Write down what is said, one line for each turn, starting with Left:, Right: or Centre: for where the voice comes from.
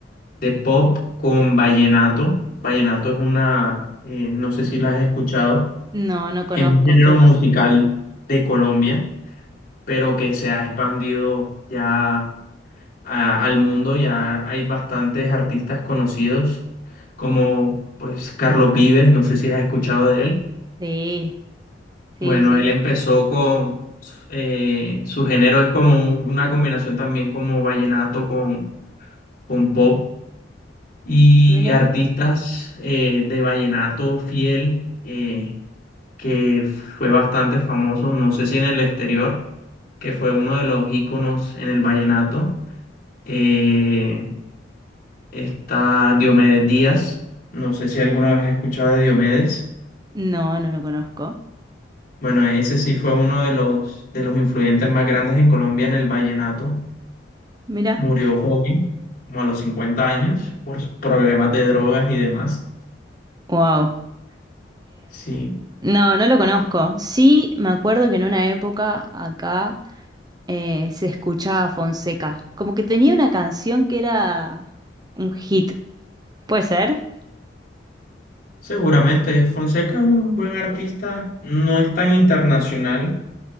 Left: de pop con vallenato. Vallenato es una, eh, no sé si la has escuchado,
Right: no, no
Left: es
Right: conozco
Left: un género
Right: qué
Left: musical
Right: es.
Left: de Colombia, pero que se ha expandido ya a- al mundo. Ya hay bastantes artistas conocidos, como pues Carlos Vives, no sé si has escuchado de él.
Right: Sí. Sí,
Left: Bueno,
Right: sí.
Left: él empezó con, eh, su género es como un- una combinación también como vallenato con, con pop y
Right: Mira.
Left: artistas eh, de vallenato fiel eh, que fue bastante famoso, no sé si en el exterior, que fue uno de los íconos en el vallenato. Eh, está Diomedes Díaz, no sé si alguna vez has escuchado de Diomedes.
Right: No, no lo conozco.
Left: Bueno, ese sí fue uno de los, de los influyentes más grandes en Colombia en el vallenato.
Right: Mira.
Left: Murió joven, como a los 50 años, por problemas de drogas y demás.
Right: Wow.
Left: Sí.
Right: no, no lo conozco. Sí, me acuerdo que en una época acá eh, se escuchaba Fonseca. Como que tenía una canción que era un hit. ¿Puede ser?
Left: Seguramente, Fonseca es un buen artista, no es tan internacional